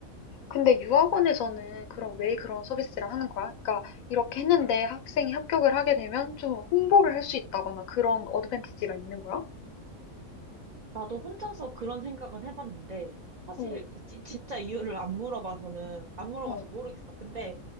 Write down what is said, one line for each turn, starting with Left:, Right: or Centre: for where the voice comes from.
Left: 근데 유학원에서는 그럼 왜 그런 서비스를 하는 거야? 그러니까 이렇게 했는데 학생이 합격을 하게 되면 좀 홍보를 할 수 있다거나 그런 어드밴티지가 있는 거야?
Right: 나도 혼자서 그런 생각은 해봤는데, 사실
Left: 어,
Right: 지- 진짜 이유를 안 물어봐서는, 안 물어봐서
Left: 어,
Right: 모르겠어. 근데